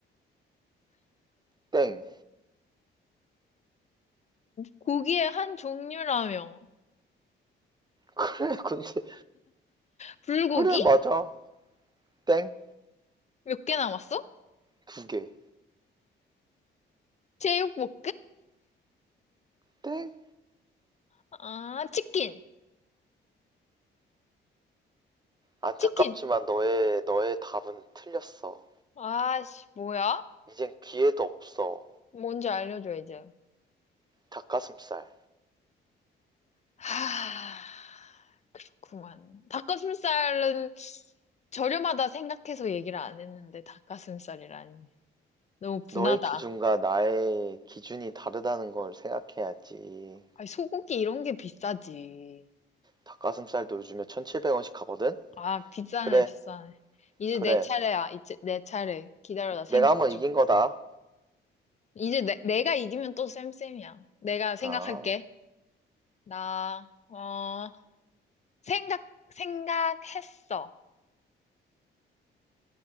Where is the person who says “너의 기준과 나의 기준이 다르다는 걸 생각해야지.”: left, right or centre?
Right